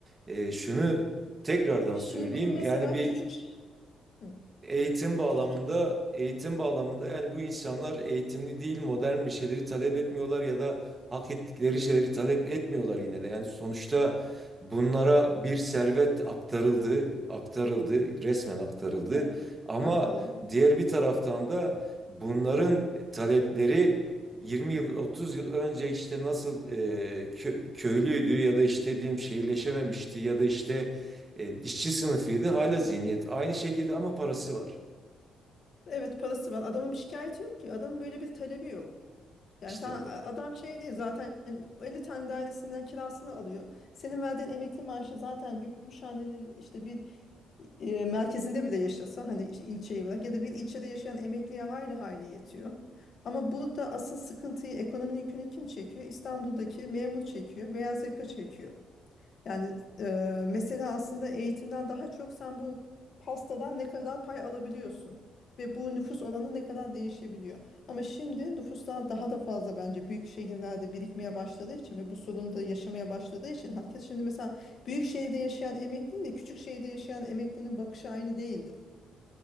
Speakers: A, on the right; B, on the left.
A: e, şunu tekrardan
B: şimdi
A: söyleyeyim.
B: bugün mesela
A: Yani bir
B: küçük Hı,
A: Eğitim bağlamında,
B: küçük
A: eğitim bağlamında yani bu insanlar eğitimli değil, modern bir şeyleri talep etmiyorlar ya da hak ettikleri şeyleri talep etmiyorlar yine de. Yani sonuçta bunlara bir servet aktarıldı, aktarıldı, resmen aktarıldı.
B: evet
A: Ama
B: aktarıldı.
A: diğer bir taraftan da bunların talepleri 20 yıl, 30 yıl önce işte nasıl e, kö- köylüydü ya da işte diyelim şehirleşememişti ya da işte e, işçi sınıfıydı hala zihniyet aynı şekilde ama parası var.
B: Evet parası var. Adamın bir şikayeti yok ki. Adamın böyle bir talebi yok. Yani
A: İşte
B: sen a- adam şey değil zaten 50 tane dairesinden kirasını alıyor. Senin verdiğin emekli maaşı zaten Gümüşhane'nin işte bir e, merkezinde bile yaşasa hani işte ilçeyi bırak ya da bir ilçede yaşayan emekliye hayli hayli yetiyor. Ama burada asıl sıkıntıyı ekonominin yükünü kim çekiyor? İstanbul'daki memur çekiyor, beyaz yaka çekiyor. Yani e, mesele aslında eğitimden daha çok sen bu pastadan ne kadar pay alabiliyorsun ve bu nüfus oranı ne kadar değişebiliyor. Ama şimdi nüfuslar daha da fazla bence büyük şehirlerde birikmeye başladığı için ve bu sorunu da yaşamaya başladığı için herkes şimdi mesela büyük şehirde yaşayan emekliyle küçük şehirde yaşayan emeklinin bakışı aynı değildir